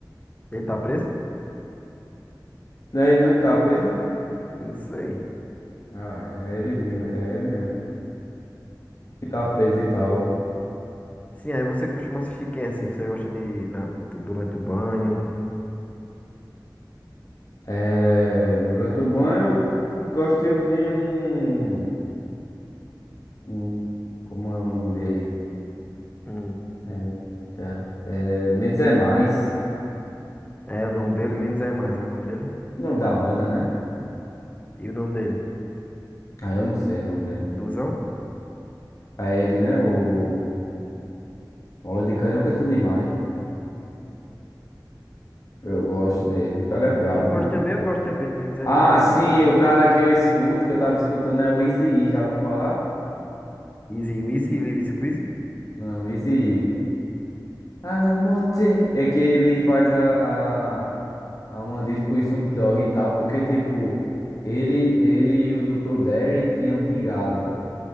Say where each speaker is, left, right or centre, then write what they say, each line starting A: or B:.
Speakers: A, on the left; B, on the left.
A: Ele tá preso?
B: Não é ele não que tá preso?
A: Não sei.
B: Ah, é ele, mesmo, é ele mesmo. Que tá preso e tal.
A: Sim, aí você costuma assistir quem assim? Você gosta de. da- durante o banho?
B: É, durante o banho, eu gosto de ouvir um, um- Como é o nome dele?
A: Hum.
B: É, eita, é, Menos é Mais.
A: É o nome dele, menos é mais. É o nome dele?
B: O nome da banda, né?
A: E o nome dele?
B: Ah, eu não sei o nome dele.
A: Duzão?
B: É ele, né? O Bola de Canhão canta demais. Eu gosto dele. O cara
A: Sim,
B: é brabo,
A: sim. Eu gosto
B: né?
A: também, eu gosto também de Menos é
B: Ah,
A: Mais,
B: sim,
A: gosto também.
B: o cara que eu escuto, que eu tava escutando, é o Eazy-E, já ouviu falar?
A: Easy Wheezy, Live Squeezy?
B: Não, Eazy-E. Ah, não, mote. É que ele faz a... a- a uma diz pro Snoop Dogg e tal, porque, tipo, ele, ele e o Dr. Dre tinham brigado.